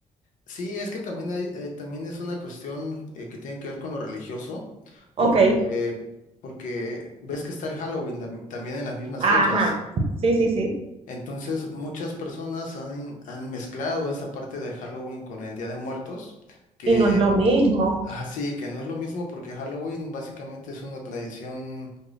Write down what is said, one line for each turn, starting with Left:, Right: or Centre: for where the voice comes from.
Left: sí, es que también hay, eh, también es una cuestión eh, que tiene que ver con lo religioso,
Right: Ok,
Left: porque, porque ves que está el Halloween tam- también en las mismas
Right: ajá,
Left: fechas.
Right: sí, sí, sí.
Left: Entonces, muchas personas han, han mezclado esa parte del Halloween con el Día de Muertos, que
Right: Y no es lo mismo,
Left: así, que no es lo mismo porque Halloween básicamente es una tradición,